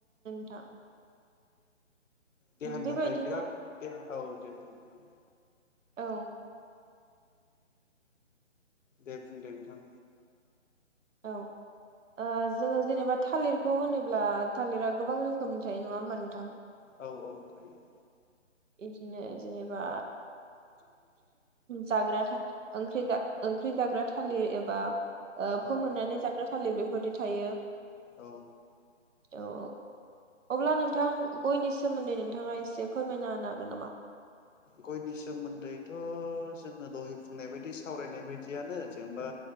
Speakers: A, on the right; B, on the left.
A: था
B: देहानि
A: बेबायदिनो
B: थाखाय बिराद देहा औ दे दे नोंथां
A: औ
B: दे बुंदे नोंथां
A: औ ओ जोङो जेनेबा थालिरखौ होनोब्ला थालिरा गोबां रोखोमनि थायो नङा होमबा नोंथां
B: औ औ थायो
A: बिदिनो जेनेबा जाग्रा था ओंख्रि जा ओंख्रि जाग्रा थालिर एबा ओ
B: औ
A: फोमोननानै जाग्रा थालिर बेफोरदि थायो
B: औ
A: औ औ अब्ला नोंथां गयनि सोमोन्दै नोंथाङा एसे फोरमाय ना होनो हागोन‌ नामा
B: गयनि सोमोन्दै थ' जोङो दहाय बुंनाय बायदि सावरायनाय बायदियानो जेनेबा